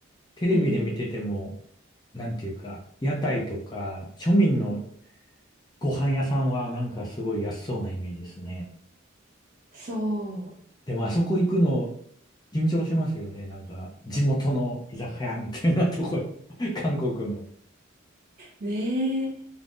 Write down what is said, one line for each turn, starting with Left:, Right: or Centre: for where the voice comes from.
Left: テレビで見てても、
Right: うん、
Left: なんていうか、屋台とか、庶民のご飯屋さんはなんかすごい安そうなイメージですね。
Right: そ
Left: でもあそこ行くの、緊張しますよね。なんか、地元の居酒屋みたいなとこ、<laughs> 韓国の。
Right: う。ねえ。